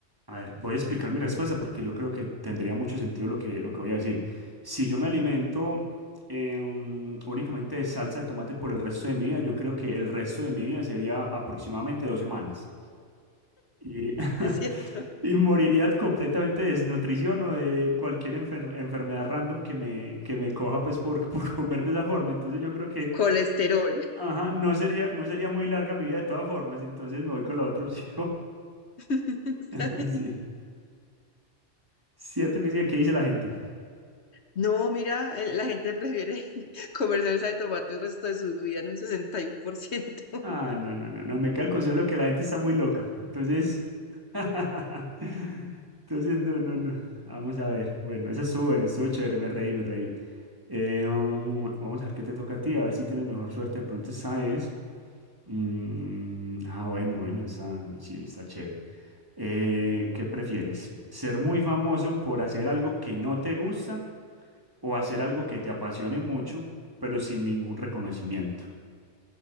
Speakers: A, on the right (about 20°); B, on the left (about 65°).
A: A ver, voy a explicar mi respuesta porque yo creo que tendría mucho sentido lo que, lo que voy a decir. Si yo me alimento em, únicamente de salsa de tomate por el resto de mi vida, yo creo que el resto de mi vida sería aproximadamente dos semanas. Y, <laughs>
B: <laughs> ¿Es cierto?
A: y moriría completamente de desnutrición o de cualquier enfer- enfermedad random que me, que me coja pues por, <laughs> por comer de esa forma. Entonces yo creo que
B: Colesterol.
A: ajá, no sería, no sería muy larga mi vida de todas formas, entonces me voy con la otra opción.
B: <laughs> Está
A: <laughs>
B: bien.
A: Sí. Cierto que sí, ¿qué dice la gente?
B: No, mira, eh, la gente prefiere <laughs> comer salsa de tomate el resto de su vida en un 61%. <laughs>
A: Ah, no, no, no, no, me cae el consuelo de que la gente está muy loca. Entonces, <laughs> entonces, no, no, no. Vamos a ver. Bueno, eso estuvo bueno, estuvo chévere, me reí, me reí. Eh, um, vamos a ver qué te toca a ti, a ver si tienes mejor suerte. De pronto, ¿sabes? Mm, ah, bueno, bueno, está, uy, sí, está chévere. Eh, ¿qué prefieres? ¿Ser muy famoso por hacer algo que no te gusta o hacer algo que te apasione mucho, pero sin ningún reconocimiento?